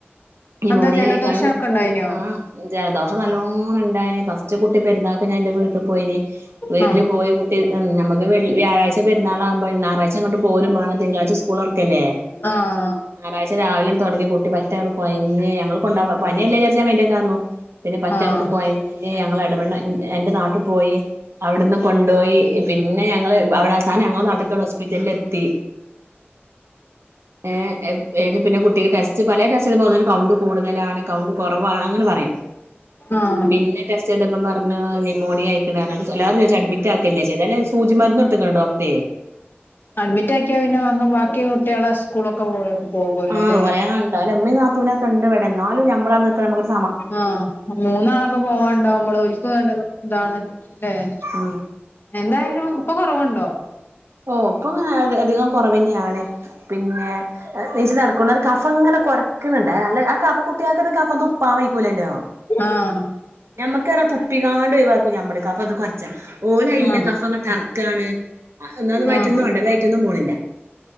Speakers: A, on the right; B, on the left.
A: ന്യുമോണിയ
B: എന്താ ജലദോഷം
A: ആയിക്കാണ്
B: ഒക്കെ ഉണ്ടായിനോ
A: ആഹ് ജലദോഷം നല്ലോ ല്ലോണം ഇണ്ടായിന് ഫസ്റ്റ് കൂട്ടി പെരുന്നാക്ക് ഞാൻ ഇന്റെ വീട്ട് പോയിന് വീട്ടില്
B: ആഹ്
A: പോയി കൂട്ടി ഞമ്മക്ക് വെള്ള് വ്യാഴാഴ്ച്ച പെരുന്നാളാവുമ്പോ ഞാറാഴ്ച്ച ഇങ്ങട്ട് പോരും മാണം താങ്കളാഴ്ച്ച സ്കൂൾ തൊർക്കല്ലെ
B: ആഹ്
A: ഞാറാഴ് ച്ചേ രാവിലെ അങ്ങ് തൊടങ്ങി കുട്ടി പറ്റെ കൊയഞ്ഞ് ഞങ്ങള് കൊണ്ടോവാൻ പനിയല്ലേ വിചരിച്ച് ഞാൻ മൈൻ്റാക്കാതെ നിന്നു. പിന്നെ പറ്റങ്ങ്
B: ആഹ്
A: കൊയ ഞ്ഞ് ഞങ്ങള് എടവെണ്ണ എന്റെ നാട്ട് പോയി അവിടുന്ന് കൊണ്ടോയി പിന്നെ ഞങ്ങള് അവിടെ അവസാനം ഞങ്ങളെ നാട്ട്ക്ക് പ്പിറ്റലിലെത്തി ഏഹ് എ പിന്നെ കുട്ടിക്ക് ടെസ്റ്റ് പലേ ടെസ്റ്റ് <unintelligible> കൗണ്ട് കൂടുതലാണ് കൗണ്ട് കുറവാണ് അങ്ങനെ പറയും
B: ആഹ്
A: പിന്നെ ടെസ്റ്റെയ്ത ന്നും പറഞ്ഞ് ന്യുമോണിയ ആയിക്കണ് പറഞ്ഞ് എല്ലാരും ചോദിച്ച് അഡ്മിറ്റാക്കല്ലേ <unintelligible> സൂചി മരുന്ന് കൊടുത്തക്കണ് ഡോക്ടറെ
B: അഡ്മിറ്റാക്കിയാ പിന്നെ അങ് ബാക്കി കുട്ടികളെ സ്കൂളൊക്കെ പോ പോകുവല്ലോ
A: ആഹ്
B: അല്ലേ
A: അത് പറയാണ്ടോ അല്ല ഉമ്മേം നാത്തൂനെക്കെണ്ട് ഇവിടെ ന്നാലും ഞമ്മളാ നിക്കുന്നെ അമ്മക്കൊരു
B: ആഹ് മൂന്നാളൊക്കെ പോവാൻണ്ടാവുമ്പള് ഓലിക്കും എട ഇതാണ് ഏഹ്
A: ഉം
B: എന്തായാലും ഇപ്പ കുറവുണ്ടോ?
A: ഓ അപ്പം അധികം കുറവ് തന്നെയാണ് പിന്നെ എണീച്ച് നടക്കുന്നവർക്ക്‌ കഫം അങ്ങനെ കുറക്കണുണ്ട് ആ അല്ല ആ കഫം കുട്ടികൾക്കത് കഫം തുപ്പാൻ കഴിക്കൂലല്ലോ
B: ആഹ്
A: ഞമ്മക്കേറാ തുപ്പിക്കാണ്ട് ഒഴിവാക്കും ഞമ്മള് കഫം എ കൊറച്ചാ ഓല് ഇല്ല
B: ആഹ്
A: കഫം അങ്ങോട്ട് ഇറ ക്കാണ് എന്നാ അത് വയറ്റീന്ന്
B: ആഹ്
A: പോകണ്ടേ വയറ്റീന്നും പോണില്ല